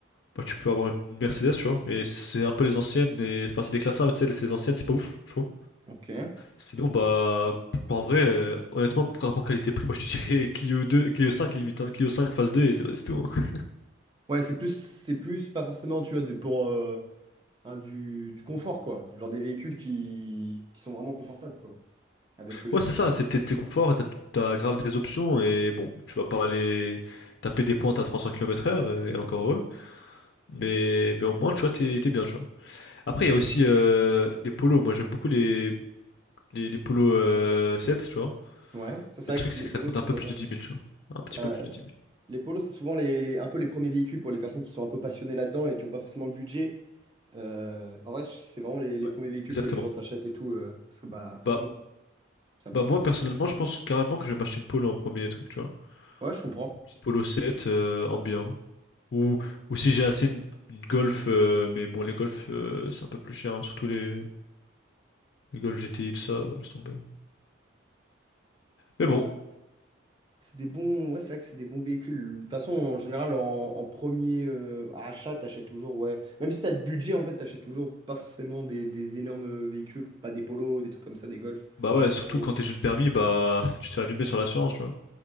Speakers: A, on the left; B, on the right.
A: bah, tu peux avoir une Mercedes, tu vois, mais c'est un peu les anciennes, et enfin, c'est des classes A, mais tu sais, c'est les anciennes, c'est pas ouf, je trouve.
B: Ok.
A: Sinon, bah, en vrai, euh, honnêtement, par rapport qualité-prix, <laughs> moi je te dirais Clio 2, Clio 5 limite, hein, Clio 5 phase 2, et c'est c'est tout. hein.
B: Ouais, c'est plus, c'est plus, pas forcément, tu vois, des, pour euh, un, du, du confort, quoi. Genre des véhicules qui, qui sont vraiment confortables, quoi. Avec, euh,
A: Ouais, c'est ça, c'est t'es t'es conforts et t'as t'as grave des options, et bon, tu vas pas aller taper des pointes à 300 km/h, et encore heureux, mais, mais au moins, tu vois, t'es t'es bien, tu vois. Après, il y a aussi euh, les polos. Moi, j'aime beaucoup les, les, les polos euh, 7, tu vois.
B: Ouais. ça, c'est
A: Mais
B: vrai
A: le truc,
B: que
A: c'est
B: les
A: que
B: polos,
A: ça coûte un
B: c'est
A: peu
B: pas
A: plus
B: mal.
A: de dix mille tu vois. Un petit
B: Ça,
A: peu plus de dix mille
B: les polos, c'est souvent les, les- un peu les premiers véhicules pour les personnes qui sont un peu passionnées là-dedans et qui n'ont pas forcément le budget. Euh, en vrai, c'est vraiment les, les
A: Ouais.
B: premiers véhicules
A: Exactement.
B: que les gens s'achètent et tout, euh, parce que bah forcément,
A: Bah,
B: c'est un
A: bah
B: peu plus
A: moi,
B: qualité.
A: personnellement, je pense carrément que je vais m'acheter une polo en premier truc, tu vois.
B: Ouais, je comprends.
A: Une petite polo 7, euh, ambiant. Ou, ou si j'ai assez une, une Golf, euh, mais bon, les Golf, euh, c'est un peu plus cher, hein, surtout les, les Golf GTI, tout ça, euh, laisse tomber. Mais
B: Mais
A: bon,
B: ouais, C'est des bons, ouais, c'est vrai que c'est des bons véhicules. De toute façon, en général, en, en premier euh, achat, t'achètes toujours, ouais. Même si t'as de budget, en fait, t'achètes toujours pas forcément des, des énormes euh, véhicules, pas des polos, des trucs comme ça, des golfs.
A: bah ouais, surtout
B: Bon,
A: quand t'es jeune permis, bah, <laughs> tu te fais allumer sur l'assurance, tu vois.